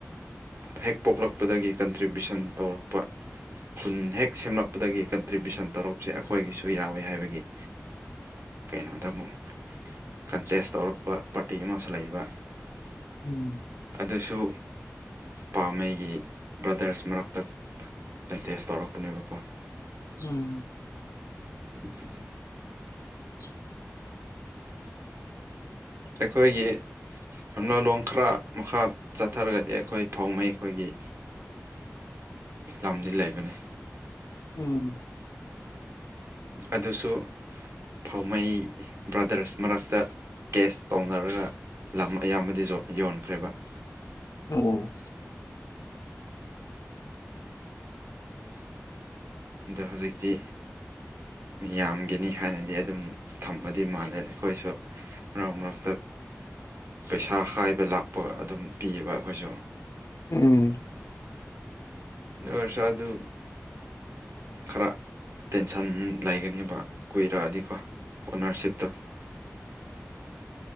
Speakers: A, on the right; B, on the left.
A: ꯍꯦꯛ ꯄꯣꯛꯂꯛꯄꯗꯒꯤ ꯀꯟꯇ꯭ꯔꯤꯕ꯭ꯌꯨꯁꯟ ꯇꯧꯔꯛꯄ ꯈꯨꯟ ꯍꯦꯛ ꯁꯦꯝꯂꯛꯄꯗꯒꯤ ꯀꯟꯇ꯭ꯔꯤꯕ꯭ꯌꯨꯁꯟ ꯇꯧꯔꯛꯁꯦ ꯑꯩꯈꯣꯏꯒꯤꯁꯨ ꯌꯥꯎꯋꯦ ꯍꯥꯏꯕꯒꯤ ꯀꯩꯅꯣꯗ ꯑꯃꯨꯛ ꯀꯟꯇꯦꯁ ꯇꯧꯔꯛꯄ ꯄꯥꯔꯇꯤ ꯑꯃꯁꯨ ꯂꯩꯕ
B: ꯎꯝ
A: ꯑꯗꯨꯁꯨ ꯄꯥꯝꯝꯕꯩꯒꯤ ꯕ꯭ꯔꯗꯔꯁ ꯃꯔꯛꯇ ꯀꯟꯇꯦꯁ ꯇꯧꯔꯛꯄꯅꯦꯕꯀꯣ
B: ꯎꯝ
A: <unintelligible>
B: <unintelligible>
A: ꯑꯩꯈꯣꯏꯒꯤ ꯂꯝꯝꯅꯥꯥꯂꯣꯡ ꯈꯔ ꯃꯈꯥ ꯆꯠꯊꯔꯒꯗꯤ ꯑꯩꯈꯣꯏ ꯐꯧ ꯃꯩ ꯑꯩꯈꯣꯏꯒꯤ ꯂꯝꯗꯤ ꯂꯩꯕꯅꯤ
B: ꯎꯝ
A: ꯑꯗꯨꯁꯨ ꯐꯧꯃꯩ ꯕ꯭ꯔꯥꯗꯔꯁ ꯃꯔꯛꯇ ꯀꯦꯁ ꯇꯧꯅꯔꯒ ꯂꯝ ꯑꯌꯥꯝꯕꯗꯤ ꯌꯣꯟꯈ꯭ꯔꯦꯕ ꯑ
B: ꯑꯣ
A: ꯑꯗꯣ ꯍꯧꯖꯤꯛꯇꯤ ꯃꯤꯌꯥꯝꯒꯤꯅꯤ ꯍꯥꯟꯅꯗꯤ ꯑꯗꯨꯝ ꯊꯃꯗꯤ ꯃꯥꯜꯂꯦ ꯑꯩꯈꯣꯏꯁꯨ ꯃꯔꯛ ꯃꯔꯛꯇ ꯄꯩꯁꯥ ꯀꯥꯏꯕ ꯂꯥꯛꯄ ꯑꯗꯨꯝ ꯄꯤꯌꯦꯕ ꯑꯩꯈꯣꯏꯁꯨ
B: ꯎꯝ
A: ꯑ ꯁꯥ ꯑꯗꯨ ꯈꯔ ꯇꯦꯟꯁꯟ ꯂꯩꯒꯅꯦꯕ ꯀꯨꯏꯔꯛꯑꯗꯤꯀꯣ ꯑꯣꯅꯔꯁꯤꯞꯇꯣ